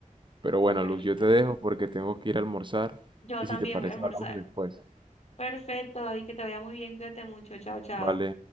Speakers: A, on the right (about 35°); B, on the left (about 50°).
A: Pero bueno,
B: súper
A: Luz,
B: vital.
A: yo te dejo porque tengo que ir a almorzar
B: Yo
A: y
B: también
A: si te parece
B: voy a almorzar.
A: hablamos después,
B: Perfecto, David, que te vaya muy bien, cuídate mucho, chao, chao.
A: ¿vale?